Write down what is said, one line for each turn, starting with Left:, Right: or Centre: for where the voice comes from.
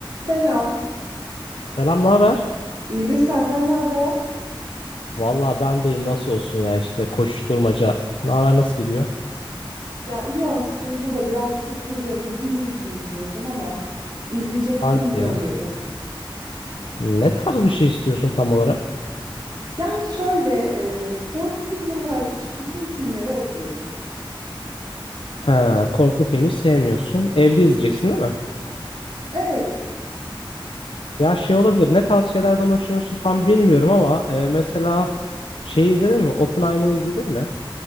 Right: Selam.
Left: Selam, ne haber?
Right: İyidir senden ne haber?
Left: Vallahi ben deyim nasıl olsun ya işte koşuşturmaca. Ne haber nasıl gidiyor?
Right: Ya iyi aslında da biraz sıkıldım. Bir film izleyeyim diyorum ama izleyecek
Left: Hadi
Right: film bulamıyorum.
Left: ya. Ne tarz bir şey istiyorsun tam olarak?
Right: Yani şöyle e, korku filmi hariç bütün filmlere okeyim.
Left: Ha, korku filmi sevmiyorsun. Evde izleyeceksin değil mi?
Right: Evet.
Left: Ya şey olabilir. Ne tarz şeylerden hoşlanıyorsun tam bilmiyorum ama e, mesela şey izledin mi? Oppenheimer'ı izledin mi?